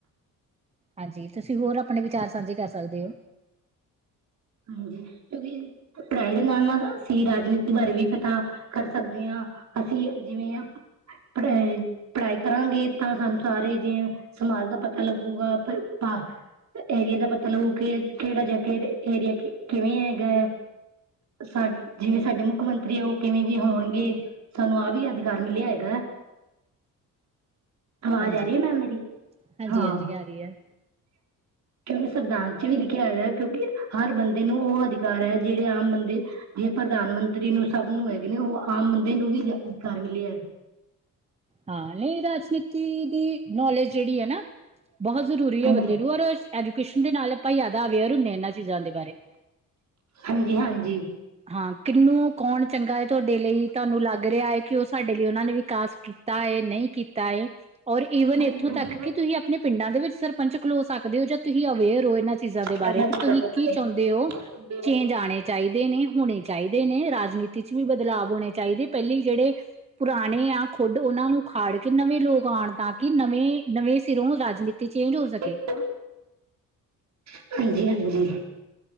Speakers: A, on the right; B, on the right.
A: ਹਾਂਜੀ, ਤੁਸੀਂ ਹੋਰ ਆਪਣੇ ਵਿਚਾਰ ਸਾਂਝੇ ਕਰ ਸਕਦੇ ਹੋ।
B: ਹਾਂਜੀ, ਕਿਉਂਕਿ ਪੜਾਈ ਦੇ ਨਾਲ- ਨਾਲ ਅਸੀਂ ਰਾਜਨੀਤੀ ਬਾਰੇ ਵੀ ਪਤਾ ਕਰ ਸਕਦੇ ਹਾਂ, ਅਸੀਂ ਜਿਵੇਂ ਪੜ੍ਹਾਈ ਕਰਾਂਗੇ ਤਾਂ, ਸਾਨੂੰ ਸਾਰੇ ਜਿਵੇ ਸਮਾਜ ਦਾ ਪਤਾ ਲੱਗੂਗਾ ਪੇਰ ਪਾ ਏਰੀਏ ਦਾ ਪਤਾ ਲੂ ਕਿ ਕਿਹੜਾ ਜਿਹਾ, ਕਿ ਏਰੀਆ ਕਿਵੇਂ ਹੈਗਾ। ਸਾ ਜਿਵੇਂ ਸਾਡੇ ਮੁੱਖ ਮੰਤਰੀ, ਔਹ ਕਿਵੇਂ ਜੇ ਹੋਣਗੇ। ਸਾਨੂੰ ਆਹ ਵੀ ਅਧਿਕਾਰ ਮਿਲਿਆ ਹੈਗਾ। ਆਵਾਜ਼
A: ਹਾਂਜੀ,
B: ਆ ਰਹੀ ਹੈ ਮੈਮ ਮੇਰੀ
A: ਹਾਂਜੀ
B: ਹਾਂ
A: ਹਾਂਜੀ ਕਰ ਹੀ ਹੈ।
B: ਕਿਉਂਕਿ ਸੰਵਿਧਾਨ 'ਚ ਵੀ ਲਿਖਿਆ ਹੋਇਆ, ਕਿਉਂਕਿ ਹਰ ਬੰਦੇ ਨੂੰ ਉਹ ਅਧਿਕਾਰ ਹੈ ਜਿਹੜੇ ਆਮ ਬੰਦੇ ਜੇ ਪ੍ਰਧਾਨ ਮੰਤਰੀ ਨੂੰ ਸਭ ਨੂੰ ਹੈਗੇ ਨੇ, ਉਹ ਆਮ ਬੰਦੇ ਨੂੰ ਵੀ ਅਧਿਕਾਰ ਮਿਲੀ ਹੈ।
A: ਹਾਂ ਨਹੀਂ, ਰਾਜਨੀਤੀ ਦੀ ਨੌਲੇਜ ਜਿਹੜੀ ਹੈ ਨਾ ਬਹੁਤ ਜ਼ਰੂਰੀ ਹੈ
B: ਹਾਂਜੀ
A: ਬੰਦੇ ਨੂੰ, ਔਰ ਐਜੂਕੇਸ਼ਨ ਦੇ ਨਾਲ ਆਪਾਂ ਯਾਆਦਾ ਅਵੇਅਰ ਹੁੰਦੇ ਹ ਇਹਨਾਂ ਚੀਜ਼ਾਂ ਦੇ ਬਾਰੇ। <inaudible>
B: ਹਾਂਜੀ, ਹਾਂਜੀ।
A: ਹਾਂ ਕਿੰਨੂੰ ਕੌਣ ਚੰਗਾ ਹੈ ਤੁਹਾਡੇ ਲਈ, ਤੁਹਾਨੂੰ ਲੱਗ ਰਿਹਾ ਹੈ ਕਿ ਉਹ ਸਾਡੇ ਲਈ ਉਹਨਾਂ ਨੇ ਵਿਕਾਸ ਕੀ ਤਾ ਏ, ਨਹੀਂ ਕੀਤਾ ਏ, ਔਰ ਈਵਨ
B: ਹਾਂਜੀ
A: ਇੱਥੋਂ ਤੱਕ ਕਿ ਤੁਸੀਂ ਆਪਣੇ ਪਿੰਡਾਂ ਦੇ ਵਿੱਚ ਸਰਪੰਚ ਖਲੋ ਸਕਦੇ ਹੋ ਜੋ ਤੁਹੀਂ ਅਵੇਅਰ ਹੋ ਇਹਨਾਂ ਚੀਜ਼ਾਂ ਦੇ
B: ਇਹਨਾਂ
A: ਬਾਰੇ, ਕਿ
B: ਚੀਜ਼ਾਂ
A: ਤੁਹੀਂ
B: ਦੇ ਬਾਰੇ
A: ਕੀ ਚੋਹੁੰਦੇ ਹੋ ਚੇਂਜ ਆਣੇ ਚਾਹੀਦੇ ਨੇ, ਹੋਣੇ ਚਾਹੀਦੇ ਨੇ ਨਈਂ ਰਾਜਨੀਤੀ 'ਚ ਵੀ ਬਦਲਾਵ ਹੋਣੇ ਚਾਹੀਦੇ, ਪਹਿਲੀ ਜਿਹੜੇ ਪੁਰਾਣੇ ਆ ਖੁੱਡ ਔਹਨਾਂ ਨੂੰ ਉ ਖਾੜ ਕੇ ਨਵੇਂ ਲੋਕ ਆਉਣ, ਤਾਂ ਕਿ ਨਵੇਂ ਨਵੇਂ ਸਿਰੋਂ ਰਾਜਨੀਤੀ ਚੇਂਜ ਹੋ ਸਕੇ।
B: <inaudible> ਹਾਂਜੀ, ਹਾਂਜੀ।